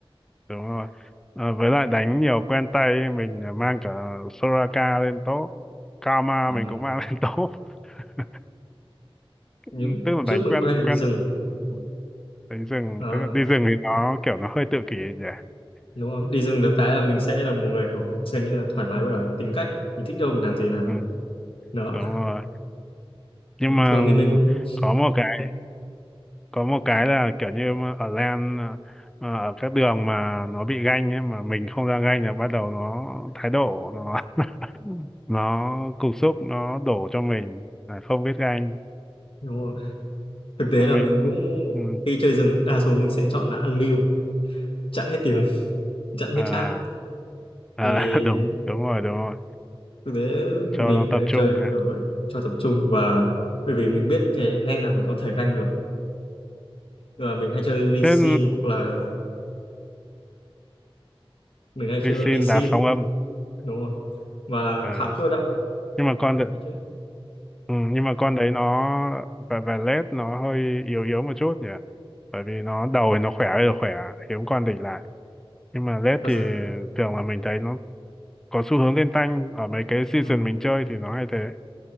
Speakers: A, in the centre; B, on the left (about 70°).
A: Đúng rồi. À, với lại đánh nhiều quen tay ấy, mình à, mang cả Soraka lên top. Karma
B: à,
A: mình cũng mang lên top. <laughs> Ừ,
B: nhưng
A: Tức là
B: trước
A: đánh
B: mình
A: quen
B: cũng hay đánh
A: quen
B: rừng
A: ừ, đánh rừng,
B: à,
A: tức là đi rừng thì nó kiểu nó hơi tự kỷ nhỉ.
B: đúng rồi. đi rừng được cái là mình sẽ là một người kiểu gần như là thoải mái và tính cách mình thích đâu mình làm gì nào
A: Ừ,
B: đó
A: đúng rồi. Nhưng mà
B: thường thì mình cũng
A: có một cái có một cái là kiểu như mà ở lan à, à, ở các đường mà nó bị ganh ấy mà mình không ra ganh là bắt đầu nó thái độ nó <laughs> nó cục xúc nó đổ cho mình là không biết ganh
B: đúng rồi. thực tế
A: Rồi
B: là
A: mình
B: mình cũng
A: ừ,
B: khi chơi rừng đa số mình sẽ chọn là ăn mưu chặn hết tiếng <laughs> chặn hết
A: à,
B: chat
A: à,
B: để
A: <laughs> đúng đúng rồi đúng rồi
B: thực tế
A: cho
B: mình
A: nó tập
B: hay
A: trung
B: chơi
A: ha
B: kiểu vậy cho tập trung và bởi vì mình biết cái lane nào mình có thể ganh được là mình hay chơi Lee
A: thế
B: Sin hoặc là mình hay
A: đi
B: chơi
A: xin
B: con Lee Sin
A: đá sóng âm
B: đúng không và
A: à,
B: khá cơ động
A: nhưng mà con đ-
B: hay chơi
A: ừ, nhưng mà con đấy nó và và led nó hơi yếu yếu một chút nhỉ bởi vì nó đầu thì nó khỏe ơi là khỏe hiếm con địch lại nhưng mà led
B: thật
A: thì
B: sự
A: thường là mình thấy nó có xu hướng lên tanh ở mấy cái season
B: đúng không?
A: mình chơi thì nó hay thế